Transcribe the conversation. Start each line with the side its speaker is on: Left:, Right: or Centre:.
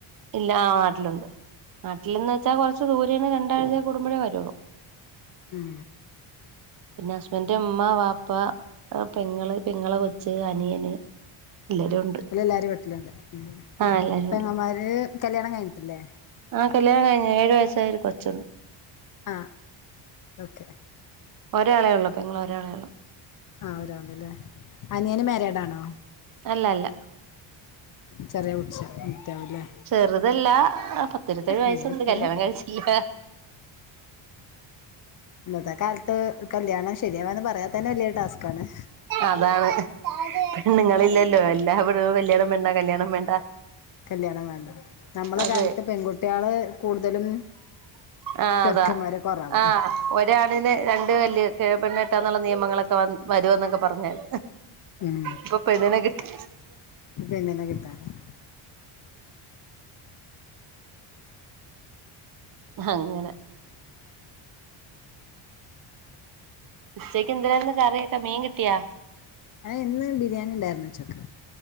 Right: ഇല്ല ആ നാട്ടിലുണ്ട് നാട്ടിൽന്ന് വച്ചൽ കുറച്ച് ദൂരേണ് രണ്ടാഴ്ച കൂടുമ്പോഴേ വരുള്ളൂ
Left: ഉം
Right: പിന്നെ ഹസ്ബന്ഡന്റെ ഉമ്മാ ബാ ഇപ്പ പെങ്ങള് പെങ്ങളെ കൊച്ച് അനിയന് എല്ലരും ഉണ്ട്
Left: അഎല്ലാവാരും വീട്ടിലുണ്ട് ഉ
Right: ആഹ് എല്ലാരും ഉണ്ട്
Left: പെങ്ങമാര് കല്ല്യാണം കഴിഞ്ഞിട്ടില്ലേ
Right: ആഹ് കല്ല്യാണം കഴിഞ്ഞ് ഏഴ് വയസായ ഒരു കൊച്ചുണ്ട്
Left: ആ ഓക്കെ
Right: ഒരാളെ ഉള്ളൂ പെങ്ങൾ ഒരാളെ ഉള്ളൂ
Left: ആ ഒരാള് ല്ലേ അനിയന് മര്യാഡ് ആണോ
Right: അല്ല അല്ല
Left: ചെറിയ കൊച്ച് കൊച്ചാവുല്ലേ
Right: ചെറുതല്ല പത്തിരുവത്തിഏഴ് വയസ്സുണ്ട്
Left: ഇങ്ങനിപ്പൊരു
Right: കല്യാണം കഴിച്ചില്ല
Left: ഇന്നത്തെ കാലത്ത് കല്യാണം ശരിയാവാന്ന് പറയാ തന്നെ വലിയ ടാസ്ക്ാണ്
Right: അതാണ് പെണ്ണുങ്ങളില്ലല്ലോ എല്ലാ പെണ്ണുങ്ങളും കല്യാണം വേണ്ട കല്യാണം വേണ്ട
Left: കല്യാണം വേണ്ട നമ്മള
Right: അതെ
Left: കാലത്ത് പെൺകുട്ടികള് കൂടുതലും
Right: ആഹ്
Left: ചെറുക്കന്മാര്
Right: അതാ
Left: കൊറവ്
Right: ആഹ് ഒരാണിന് രണ്ട് വല്ല്യ പെണ്ണ് കെട്ടാന്നുള്ള നിയമങ്ങളൊക്കെ വ വരോ എന്നൊക്കെ പറഞ്ഞേരുന്നു
Left: ഉം
Right: ഇപ്പൊ പെണ്ണിനെ കിട്ടി
Left: പെണ്ണിനെ കിട്ടാനില്ല
Right: അങ്ങനെ ഉച്ചയ്ക്ക് എന്തിനന്ന് കറിയേക്കെ മീൻ കിട്ടിയാ
Left: ആ ഇന്ന് ബിരിയാണി ഉണ്ടായിരുന്നു ഉച്ചക്ക്